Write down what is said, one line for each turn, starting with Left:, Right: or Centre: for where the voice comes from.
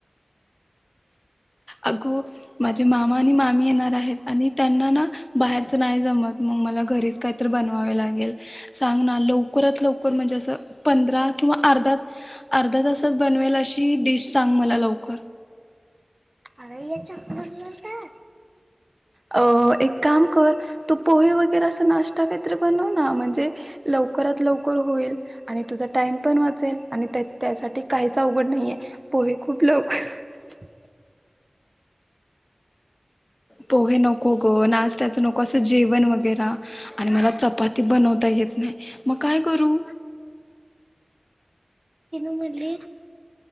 Left: अगं माझे मामा आणि मामी येणार आहेत, आणि त्यांना ना बाहेरचं नाही जमत मग मला घरीच काहीतर बनवावे लागेल सांग ना लवकरात लवकर म्हणजे असं पंधरा किंवा अर्धा अर्ध्या तासात बनवेल अशी डिश सांग मला लवकर.
Right: अरे चहा बनवं ना. अ, एक काम कर तू पोहे वगैरे असं नाश्ता काहीतरी बनव ना म्हणजे लवकरात लवकर होईल. आणि तुझा टाईम पण वाचेल आणि त्या त्यासाठी ते काहीच अवघड नाहीये पोहे खूप लवकर हाह
Left: पोहे नको गं नाष्ट्याचं नको असं जेव ण वैगेरा आणि मला चपाती बनवता येत नाही मग काय करू?
Right: ना